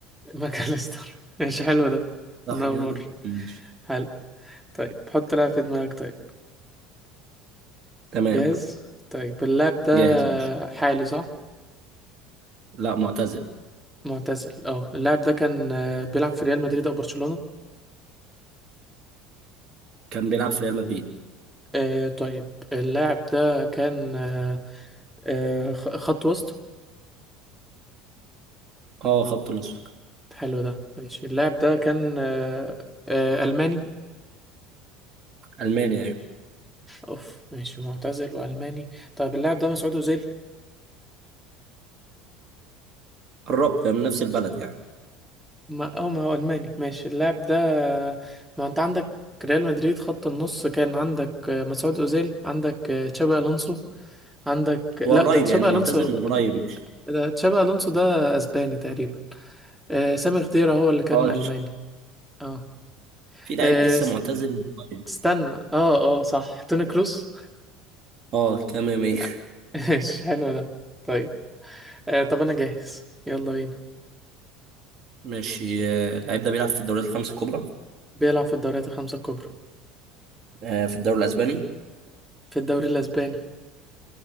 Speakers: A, in the centre; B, on the right (about 45°).
A: ماكاليستر ماشي حلو ده
B: صح
A: من أول
B: كده
A: مرة
B: ماشي
A: حلو طيب حط لعب في دماغك طيب
B: تمام
A: جاهز طيب اللاعب ده
B: جاهز ماشي
A: حالي صح
B: لا معتزل
A: معتزل اه اللاعب ده كان آه، بيلعب في ريال مدريد او برشلونة
B: كان بيلعب في ريال مدريد
A: آه طيب اللاعب ده كان آه آه، خ- خط وسط
B: اه خط نص
A: حلو ده ماشي اللاعب ده كان آه آه ألماني
B: الماني ايوه
A: اوف ماشي معتزل وألماني طيب اللاعب ده مسعود أوزيل
B: قربت يعني من نفس البلد يعني
A: ما اه ما هو الماني ماشي اللاعب ده ما انت عندك ريال مدريد خط النص كان عندك آه، مسعود اوزيل عندك آه، تشابي الونسو عندك
B: هو
A: لا
B: قريب
A: ده تشابي
B: يعني
A: الونسو
B: معتزل من قريب مش
A: ده تشابي الونسو ده اسباني تقريبا آه، سامي خضيرة هو اللي كان
B: اه
A: الماني اه
B: في لعيب
A: آه،
B: لسه
A: س-
B: معتزل من قريب
A: استنى اه اه صح توني كروس
B: اه تمام ايه
A: <laughs>
B: <laughs>
A: ماشي حلو ده طيب آه، طب انا جاهز يلا بينا
B: ماشي آه، اللعيب ده بيلعب في الدوريات الخمس الكبرى
A: بيلعب في الدوريات الخمسة الكبرى
B: آه، في الدوري الاسباني
A: في الدوري الاسباني